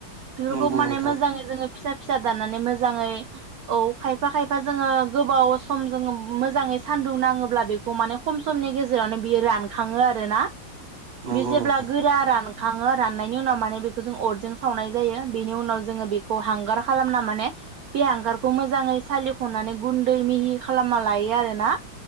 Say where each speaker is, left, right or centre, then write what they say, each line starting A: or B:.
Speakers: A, on the right; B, on the right.
A: बेफोरखौ
B: नंगौ
A: माने
B: नोंथां
A: मोजाङै जोङो फिसा फिसा दाननानै मोजाङै औ खायफा खायफा जोङो गोबाव सम जोङो मोजाङै सान्दुं नाङोब्ला बेखौ माने खम समनि गेजेरावनो बियो रान खाङो आरोना
B: नंगौ
A: बे जेब्ला
B: नोंथां
A: गोरा रान खाङो राननायनि उनाव माने बेखौ जों अरजों सावनाय जायो बेनि उनाव जोङो बेखौ हांगार खालामना माने बे हांगारखौ मोजाङै सालिख'नानै गुन्दै मिहि खालाम खालामना लायो आरो ना